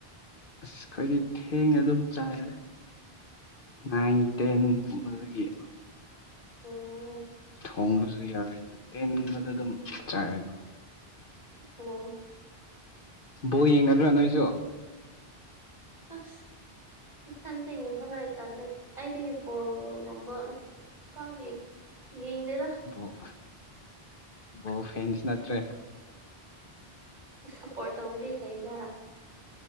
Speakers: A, on the left; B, on the right.
A: ꯑꯩꯈꯣꯏꯗꯤ ꯊꯦꯡꯅ ꯑꯗꯨꯝ ꯆꯥꯏꯔ ꯅꯥꯏꯟ ꯇꯦꯟꯗꯒꯤ
B: ꯑꯣ
A: ꯊꯣꯡꯕꯁꯨ ꯌꯥꯎꯋꯦ ꯑꯗꯨ ꯇꯦꯟꯕꯗ ꯑꯗꯨꯝ ꯆꯥꯛꯑꯦ
B: ꯎꯝ
A: ꯕꯣ ꯌꯦꯡꯒꯗ꯭ꯔꯣ ꯅꯣꯏꯁꯨ
B: ꯑꯁ ꯏꯊꯗ ꯌꯦꯇꯂꯦ ꯑꯗꯤ ꯏꯕꯣ ꯔꯝꯕ ꯄ ꯌꯦ ꯌꯦꯉꯦꯗ
A: ꯑꯣ ꯑꯣꯕ ꯐꯦꯟꯁ ꯅꯠꯇ꯭ꯔꯦ
B: ꯁꯞꯄꯣꯔꯠ ꯇꯧꯕꯗꯤ ꯂꯩꯒ